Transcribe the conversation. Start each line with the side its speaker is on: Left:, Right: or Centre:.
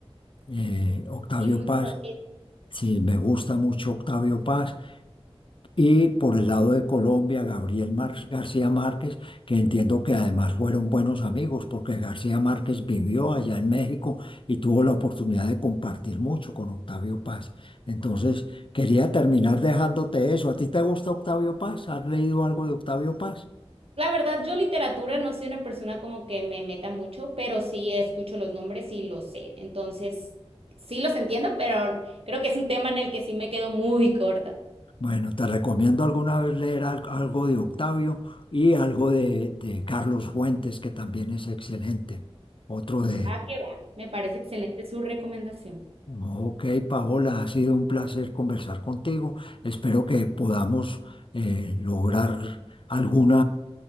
Left: Eh, Octavio
Right: Sí, muy
Left: Paz,
Right: conocido.
Left: sí, me gusta mucho Octavio Paz. Y por el lado de Colombia, Gabriel Mar- García Márquez, que entiendo que además fueron buenos amigos, porque García Márquez vivió allá en México y tuvo la oportunidad de compartir mucho con Octavio Paz. Entonces, quería terminar dejándote eso. ¿A ti te gusta Octavio Paz? ¿Has leído algo de Octavio Paz?
Right: La verdad, yo literatura no soy una persona como que me meta mucho, pero sí escucho los nombres y los sé. Entonces, sí los entiendo, pero creo que es un tema en el que sí me quedo muy corta.
Left: Bueno, te recomiendo alguna vez leer al- algo de Octavio y algo de, de Carlos Fuentes, que también es excelente. Otro de,
Right: Va que va. Me parece excelente su recomendación.
Left: Ok, Paola, ha sido un placer conversar contigo. Espero que podamos eh, lograr algún